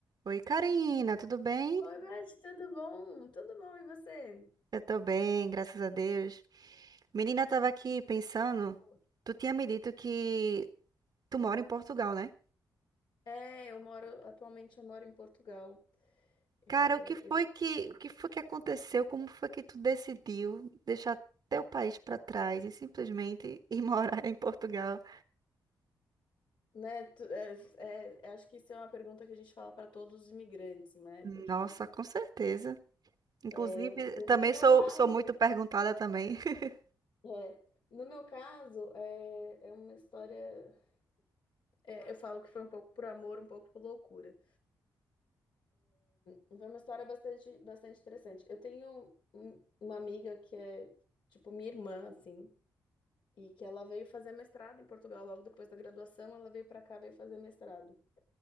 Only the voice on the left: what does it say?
Oi, Beth, tudo bom? Tudo bom, e você?
Tudo bom.
É, eu moro, atualmente eu moro em Portugal. É,
eu-
né, tu- é, é, é, acho que isso é uma pergunta que a gente fala para todos os imigrantes, né?
De-
é, No
meu
caso,
é, no meu caso, é, é uma história. é, eu falo que foi um pouco por amor, um pouco por loucura. Foi uma história bastante, bastante interessante. Eu tenho um- uma amiga que é, tipo, minha irmã, assim. E que ela veio fazer mestrado em Portugal, logo depois da graduação, ela veio para cá, veio fazer mestrado.